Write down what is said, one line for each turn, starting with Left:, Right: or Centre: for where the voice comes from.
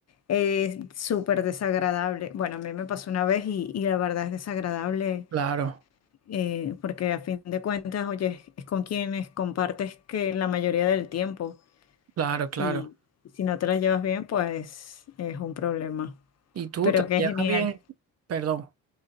Left: Es súper desagradable. Bueno, a mí me pasó una vez y, y la verdad es desagradable
Right: claro,
Left: eh, porque a fin de cuentas, oye, es con quienes compartes que la mayoría del tiempo
Right: claro, claro.
Left: y si no te las llevas bien, pues es un problema.
Right: ¿Y tú
Left: Pero
Right: te la
Left: qué
Right: llevas
Left: genial.
Right: bien? Perdón.